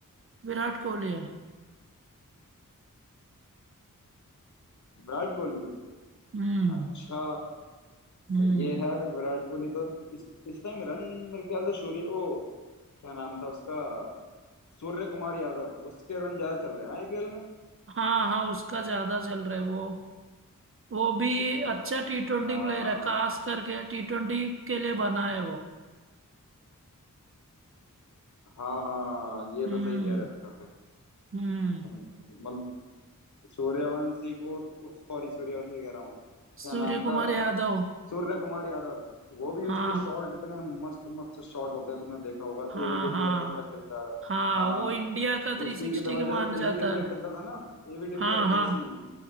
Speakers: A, on the right; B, on the left.
A: विराट कोहली है
B: विराट कोहली
A: हम्म
B: अच्छा
A: हम्म
B: सही है यार विराट कोहली तो इस इस टाइम रन मेरे ख्याल से सूर्य ओ क्या नाम था उसका सूर्य कुमार यादव उसके रन ज्यादा चल रहे हैं आईपीएल में
A: हाँ हाँ उसका ज्यादा चल रहा है वो वो भी अच्छा टी ट्वेंटी
B: हाँ
A: प्लेयर है खास करके टी ट्वेंटी के लिए बना है वो
B: हाँ हाँ ये
A: हम्म
B: तो सही कह रहे हो
A: हम्म
B: तुम। सूर्यवंशी को सॉरी सूर्यवंशी कह रहा हूँ क्या
A: सूर्य
B: नाम
A: कुमार
B: था
A: यादव
B: सूर्य कुमार यादव वो भी
A: हाँ
B: उसके शॉट इतने मस्त मस्त शॉट होते हैं तुमने देखा होगा
A: हाँ
B: एबी डिविलियर
A: हाँ
B: की तरह खेलता है
A: हाँ
B: हाँ
A: वो इंडिया का थ्री
B: उसी
A: सिक्सटी
B: की तरह
A: के
B: मतलब
A: माना
B: जैसे
A: जाता
B: एबी डिविलियर
A: है
B: खेलता था ना एबी डिविलियर
A: हाँ हाँ
B: वैसी